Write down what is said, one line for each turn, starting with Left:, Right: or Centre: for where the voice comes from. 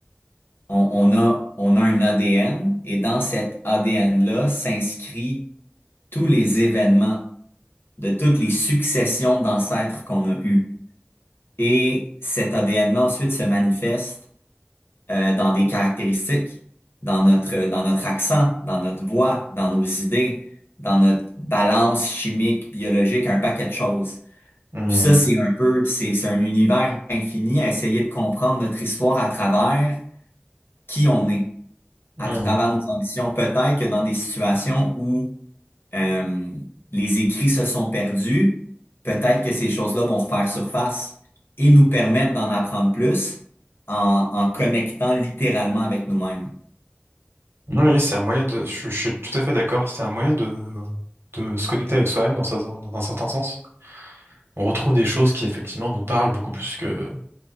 Left: on, on a on a un ADN et dans cet ADN-là s'inscrit tous les événements de toutes les successions d'ancêtres qu'on a eues. Et cet ADN-là ensuite se manifeste euh, dans des caractéristiques, dans notre dans notre accent, dans notre voix, dans nos idées, dans notre balance chimique, biologique, un paquet de choses.
Right: Mhm.
Left: Puis ça, c'est un peu, c'est c'est un univers infini à essayer de comprendre notre histoire à travers qui on est,
Right: Mhm.
Left: à travers nos ambitions. Peut-être que dans des situations où euh, les écrits se sont perdus, peut-être que ces choses-là vont refaire surface et nous permettre d'en apprendre plus en, en connectant littéralement avec nous-mêmes.
Right: Oui, c'est un moyen de... Je, je suis tout à fait d'accord. C'est un moyen de, de se connecter avec soi-même dans, sa- dans, dans un certain sens. On retrouve des choses qui, effectivement, nous parlent beaucoup plus que,